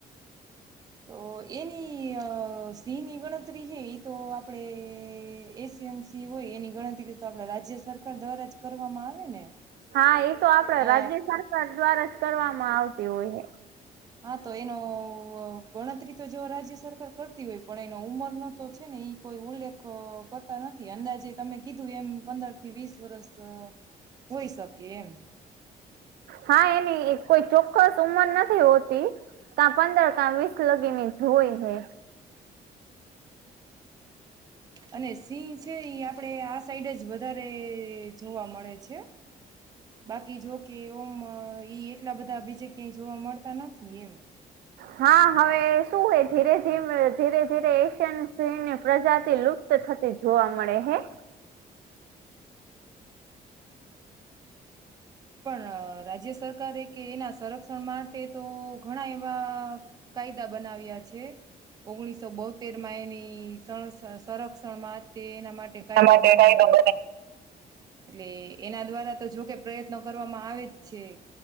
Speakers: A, on the right (about 25°); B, on the right (about 80°).
A: તો એની અ સિંહ ની ગણતરી છે એ તો આપડણે એશિયન સિહ હોય એની ગણતરી તો આપણા રાજ્ય સરકાર દ્વારા જ કરવામાં આવે ને
B: હા એ તો આપડ
A: અ
B: રાજ્ય સરકાર દ્વારા જ કરવામાં આવતી હોય હે
A: હા તો એનો ગણતરી તો જો રાજ્ય સરકાર કરતી હોય પણ એનો ઉંમરનો તો છે ને એ કોઈ ઉલ્લેખ કરતા નથી અંદાજે તમે કીધું એમ પંદર થી વીસ વર્ષ હોય શકે એમ
B: હા એની કોઈ ચોક્કસ ઉંમર નથી હોતી કકા પંદર કાં વીસ લગીને હો ય હે
A: અને સિંહ છે આપણેે આ સાઈડ જ વધારે જોવા મળે છે બાકી જો કે ઓમ ઈ એટલા બધા બીજે ક્યાંય જોવા મળતા નથી એમ
B: હા હવે શું હે ધીરે ધી ધીરે ધીરે એશિયન સીહની પ્રજાતિ લુપ્ત થતી જોવા મળે હે
A: પણ રાજ્ય સરકારે કે એના સંરક્ષણ માટે તો ઘણા એવા કાયદા બનાવ્યા છે ઓગણીસો બોતેર માં એની સણ સંરક્ષણ માટે ના માટે
B: એના
A: કાયદો
B: માટે
A: બનાવવ્યો
B: કાયદો
A: હતો એટલે એના દ્વારા તો જોકે પ્રયત્નો કરવામાં આવે જ છે